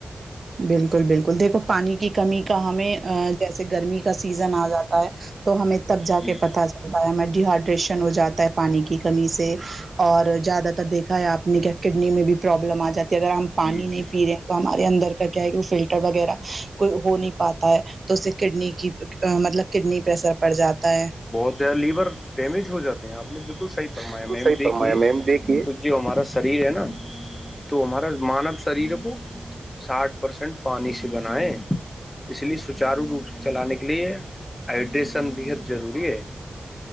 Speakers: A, on the right; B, on the left.
A: بالکل بالکل دیکھو پانی کی کمی کا ہمیں جیسے گرمی کا سیزن آ جاتا ہے تو ہمیں تب جا
B: جی
A: کے پتا تا ہے ہمیں ڈیہائیڈریشن ہو جاتا ہے پانی کی کمی سے اور زیادہ تر دیکھا ہے آپ نے کیا کڈنی میں بھی پرابلم آ جاتی ہے اگر ہم پانی
B: جی
A: نہیں
B: جی
A: پی رہے ہیں تو ہمار اندر کا کیا ہے کہ وہ فلٹر وغیرہ کوئی ہو نہیں پاتا ہے تو اسے کڈنی کی مطلب کڈنی پریسر پڑ جاتا ہے
B: بہت لیور ڈیمیج ہو جاتے ہیں آپ نے بالکل صحیح فرمایا
A: بالکل
B: میم
A: صحیح
B: دیکھیے
A: فرمایا میم دیکھیے
B: جی ہمارا شریر ہے نا تو ہمارا مانو شریر کو ساٹھ پرسینٹ پانی سے بنیں اس لیے سچارو روپ سے چلانے کے لئے ہائڈریشن بحد ضروری ہے